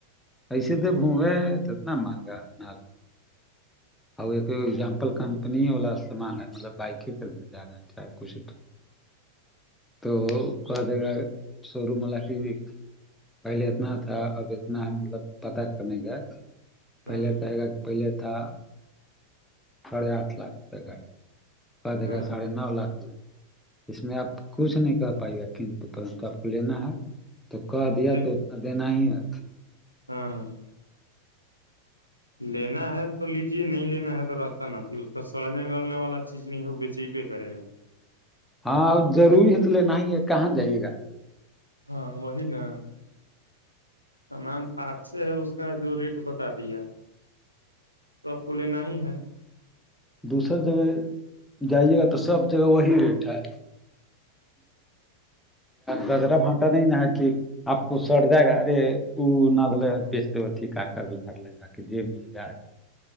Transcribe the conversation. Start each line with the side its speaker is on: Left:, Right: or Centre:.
Centre: ایسے تو ب ہے توتنا مہگا ن اور ایکگزامپل کمپنی والا سامان ہے مطلب بائک خریدنے جاانا چاہ کش تو کہا جائے گا شو روم وال کے پہلے اتنا تھا اب اتنا مطلب پتہ کر نہیں گیا پہلے
Left: ہاں
Centre: تو گا کہ پہلے تھا ساڑھے آٹھ لاکھ تک آئی کا دے
Left: ہاں
Centre: گا ساڑھے نو لاکھ ہوئے اس میں آپ کچھ نہیں کہ پائے گا کنت پرنت آپ کو لینا ہے تو کہ دیا
Left: لے
Centre: تو دین ہی ہے
Left: ہاں لینا ہے تو لیجیے نہیں لینا ہے تو راستہ نہ پ اس کا سڑنے نکلنے والا چیز نہیں ہے وہ بیچی بھیے کرے گا
Centre: ہاں ا ضروری ہے تو لینا ہی ہے کہاں جائیے گا
Left: ہاں وہی نا سامان پارٹ سے ہے اس کا جو ریٹ بتا دیا تو آپ کو لینا ہی ہے
Centre: دوسر جگہ جائیے گا تو سب جگہ وہی ریٹ ہے گجرا بھانٹا نہیں نہ کہ آپ کو سٹ جائے گا ارے وہ ندل بیچ د ھیک کر گھر ل جا کے مل جائے